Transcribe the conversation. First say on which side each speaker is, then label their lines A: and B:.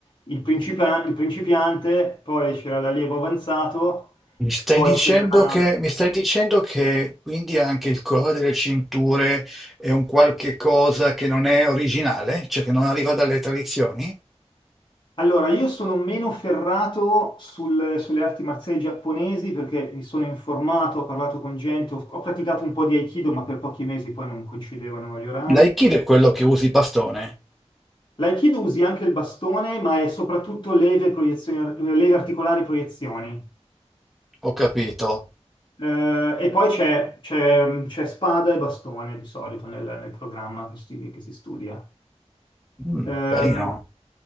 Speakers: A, on the left; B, in the centre.
A: il principia- il principiante, poi c'era l'allievo avanzato,
B: Mi stai
A: poi
B: dicendo
A: c'era...
B: che, mi stai dicendo che quindi anche il colore delle cinture è un qualche cosa che non è originale, cioè che non arriva dalle tradizioni?
A: Allora, io sono meno ferrato sul- sulle arti marziali giapponesi perché mi sono informato, ho parlato con gente, ho, ho praticato un po' di Aikido, ma per pochi mesi poi non coincidevano gli orari.
B: L'aikido è quello che usi il bastone,
A: L'aikido usi anche il bastone, ma è soprattutto leve, proiezioni- leve articolari proiezioni.
B: ho capito.
A: Eh, e poi c'è c'è- c'è spada e bastone di solito nel, nel programma che si, che si studia.
B: Mm,
A: Ehm,
B: carino.